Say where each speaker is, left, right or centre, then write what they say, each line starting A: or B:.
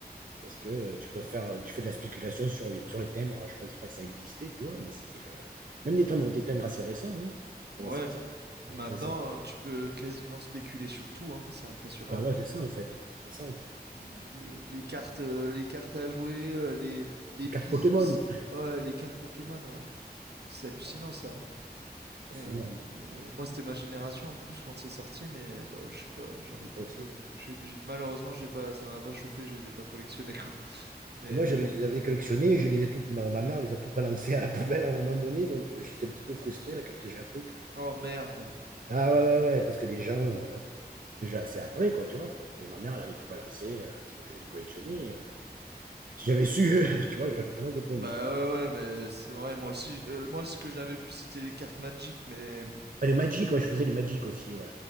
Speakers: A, on the right; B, on the right.
A: parce que euh, tu peux faire, euh, tu fais de la spéculation sur les, sur les timbres. Je ne pense pas que ça existait, tu vois, mais c'était. euh, Même des timbres, des timbres assez récents. Hein. Des timbres
B: Ouais,
A: assez récents.
B: mais maintenant,
A: Euh, 500.
B: euh, tu peux quasiment spéculer sur tout, hein. C'est impressionnant.
A: Bah ouais, c'est ça, en fait. C'est ça, en fait.
B: Euh, euh, les cartes, euh, les cartes à jouer, euh, les, les pips,
A: Carte Pokémon.
B: ouais, les cartes Pokémon, ouais. C'est hallucinant,
A: Ah ouais,
B: ça.
A: c'est
B: Euh,
A: énorme.
B: euh, moi, c'était ma génération en plus quand c'est sorti, mais bah, je sais pas, j'en ai,
A: Aussi,
B: j'en
A: ouais.
B: ai, j'ai- j'ai- malheureusement, j'ai pas, ça m'a pas chauffé, je les ai pas collectionnés, quoi. <laughs> Mais
A: Et Moi,
B: euh,
A: j'avais, je les avais collectionné, je les ai toutes, ma, ma mère les a toutes balancées à la poubelle à un moment donné, donc euh, j'étais un petit peu frustré là, quand j'ai appris que...
B: oh merde.
A: Ah ouais, ouais, ouais, parce que les gens, euh, c'est déjà assez après, quoi, tu vois. Et ma mère, elle avait tout balancé, euh, parce que je les ai collectionnés. euh. Si j'avais su, <laughs> tu vois, j'aurais fait pas mal de pognon,
B: Bah
A: ce truc.
B: ouais ouais mais c'est- ouais moi aussi euh, moi ce que j'avais plus c'était les cartes Magic mais
A: Ah, les Magic, ouais, je faisais les Magic aussi, ouais.